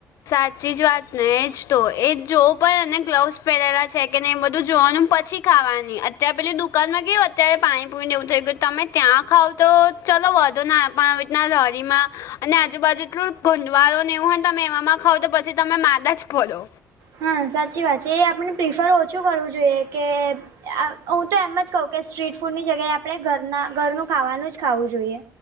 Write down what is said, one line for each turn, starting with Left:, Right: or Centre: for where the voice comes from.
Left: સાચી જ વાત ને એજ તો એ જોવું પણ ગ્લવસ પહેરેલા છે કે નઈને એ બધું જોવાનું પછી ખાવાની અત્યારે પેલી દુકાન માં કેવું અત્યારે પાણી પુરીને એવું થઈ ગયું તમે ત્યાં ખાવ તો ચલો વોધો ના પણ આવીતના લરીમાં અને આજુબાજુ એટલું ગ વારો એવું હોને તમે એમાં ખાવ તો પછી તમે માદા જ ફડો.
Right: હા સાચી વાત છે એ આપણે પ્રિફર ઓછું કરવું જોઈએ કે હું તો એમ જ કહું કે સ્ટ્રીટ ફૂડની જગ્યાએ આપણે ઘરના ઘરનું ખાવાનું જ ખાવું જોઈએ.